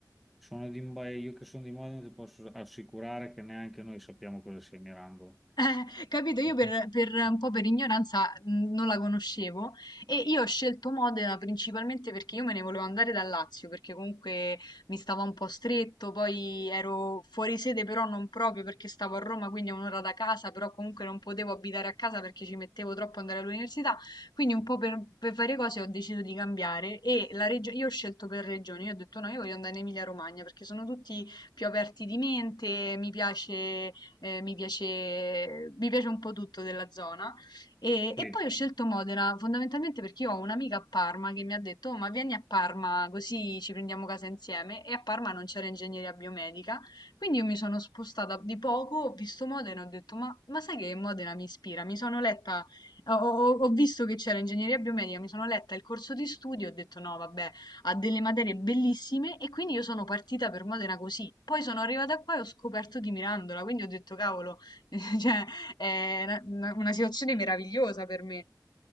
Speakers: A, in the centre; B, on the left.
A: sono di, ma io che sono di Modena ti posso assicurare che neanche noi sappiamo cosa sia Mirambo.
B: <laughs> Capito? Io
A: <laughs>
B: per, per un po' per ignoranza mh, non la conoscevo e io ho scelto Modena principalmente perché io me ne volevo andare dal Lazio, perché comunque mi stava un po' stretto, poi ero fuori sede però non proprio perché stavo a Roma, quindi a un'ora da casa, però comunque non potevo abitare a casa perché ci mettevo troppo ad andare all'università, quindi un po' per, per varie cose ho deciso di cambiare e la regio- io ho scelto per regione, io ho detto no, io voglio andare in Emilia-Romagna perché sono tutti più aperti di mente, mi piace eh, mi piace, mi piace un po' tutto della zona. E,
A: Sì,
B: e poi ho scelto Modena fondamentalmente perché io ho un'amica a Parma che mi ha detto: "Oh, ma vieni a Parma così ci prendiamo casa insieme. E a Parma non c'era ingegneria biomedica. Quindi io mi sono spostata di poco, ho visto Modena e ho detto: ma, ma sai che Modena mi ispira? Mi sono letta, ho, ho- ho visto che c'era ingegneria biomedica, mi sono letta il corso di studio e ho detto: no, vabbè ha delle materie bellissime e quindi io sono partita per Modena così. Poi sono arrivata qua e ho scoperto di Mirandola, quindi ho detto cavolo, <laughs> cioè è una, una- una situazione meravigliosa per me.